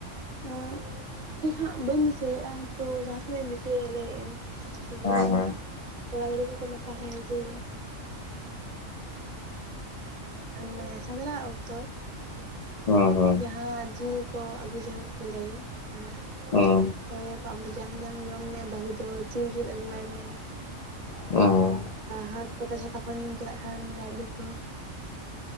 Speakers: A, on the right (about 45°); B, on the left (about 80°).
A: ᱩᱸ ᱴᱷᱤᱠ ᱦᱟᱸᱜ ᱵᱟᱹᱧ ᱫᱤᱥᱟᱹᱭᱮᱜᱼᱟ ᱛᱳ ᱡᱟᱦᱟᱸ ᱛᱤᱱᱟᱹᱜ ᱤᱧ ᱫᱤᱥᱟᱹᱭᱮᱜ-ᱟ ᱞᱟᱹᱭᱮᱜ ᱟᱹᱧ ᱡᱮᱢᱚᱱ
B: ᱦᱮᱸ
A: ᱠᱚᱲᱟ ᱜᱤᱫᱽᱟᱹ ᱦᱚᱸᱠᱚ ᱞᱟᱛᱟ ᱦᱟᱭᱟ ᱡᱮ ᱢᱟᱱᱮ ᱥᱮᱸᱫᱽᱨᱟ ᱚᱠᱛᱚ
B: ᱦᱮᱸ ᱦᱮᱸ
A: ᱡᱟᱦᱟᱸ ᱡᱤᱞ ᱠᱚ ᱟᱹᱜᱩ <unintelligible>
B: ᱦᱩᱸ
A: ᱠᱟᱹᱭ ᱟᱠᱚ ᱟᱢᱫᱚ ᱡᱟᱝ ᱡᱟᱝ ᱡᱚᱢ ᱢᱮ ᱵᱟᱹᱦᱩ ᱫᱚ ᱡᱤᱞ ᱡᱤᱞ ᱟᱹᱜᱩ ᱣᱟᱭ ᱢᱮ
B: ᱦᱮᱸ ᱦᱮᱸ
A: ᱦᱟᱛ ᱯᱟᱛᱟ ᱪᱷᱟᱛᱟ ᱠᱷᱚᱧ ᱧᱩᱢ ᱪᱟᱞᱟᱜ ᱠᱷᱟᱱ ᱞᱟᱰᱩ ᱠᱚ